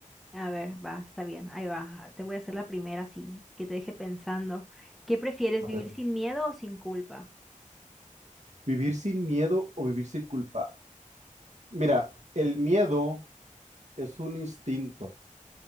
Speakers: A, in the centre; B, on the right (about 55°).
A: A ver, va, está bien, ahí va. Te voy a hacer la primera así, que te deje pensando. ¿Qué prefieres,
B: A
A: vivir
B: ver,
A: sin miedo o sin culpa?
B: ¿vivir sin miedo o vivir sin culpa? Mira, el miedo es un instinto